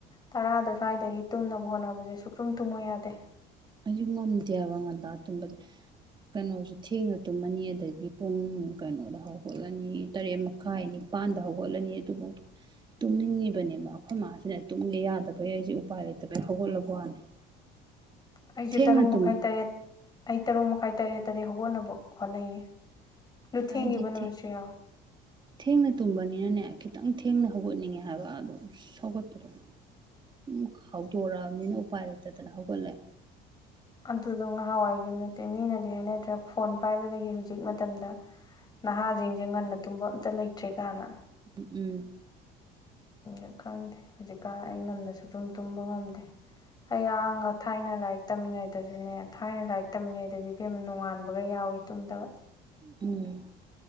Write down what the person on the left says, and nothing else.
ꯇꯔꯥ ꯁ꯭ꯋꯥꯏꯗ ꯑꯗꯒꯤ ꯇꯨꯅꯕ ꯍꯣꯠꯅꯕꯁꯦ ꯁꯨꯀꯨꯝ ꯇꯨꯝꯃꯨ ꯌꯥꯗꯦ
ꯑꯩꯁꯨ
ꯇꯔꯨꯛ ꯃꯈꯥꯏ
ꯇꯔꯦꯠ ꯑꯩ ꯇꯔꯨꯛ ꯃꯈꯥꯏ ꯇꯔꯦꯠꯇꯗꯤ ꯍꯧꯒꯠꯅꯕ ꯍꯣꯠꯅꯩꯌꯦ ꯑꯗꯨ ꯊꯦꯡꯈꯤꯕ
ꯅꯨꯃꯤꯠꯁꯨ
ꯌꯥꯎꯋꯦ
ꯑꯗꯨꯗꯣ ꯉꯍꯥꯟꯋꯥꯏꯒꯤ ꯅꯠꯇꯦ ꯃꯤꯅꯗꯤ ꯍꯥꯏꯅꯗ꯭ꯔꯥ ꯐꯣꯟ ꯄꯥꯏꯕꯗꯒꯤ ꯍꯧꯖꯤꯛ ꯃꯇꯝꯗ ꯅꯍꯥꯁꯤꯡꯁꯦ ꯉꯟꯅ ꯇꯨꯝꯕ ꯑꯝꯇ ꯂꯩꯇ꯭ꯔꯦ ꯀꯥꯏꯅ
ꯎ ꯈꯪꯗꯦ ꯍꯧꯖꯤꯛꯀꯥꯟ ꯑꯩ ꯉꯅꯁꯨ ꯑꯗꯨꯝ ꯇꯨꯝꯕ ꯉꯝꯗꯦ ꯑꯩ ꯑꯥꯡ ꯊꯥꯏꯅ ꯂꯥꯏꯔꯤꯛ ꯇꯝꯃꯤꯉꯩꯗꯁꯨꯅꯦ ꯊꯥꯏꯅ ꯂꯥꯏꯔꯤꯛ ꯇꯝꯃꯤꯉꯩꯗꯗꯤ ꯐꯤ ꯅꯣꯉꯥꯟꯕꯒ ꯌꯥꯎꯋ ꯇꯥꯎꯏ ꯇꯨꯝꯗꯕ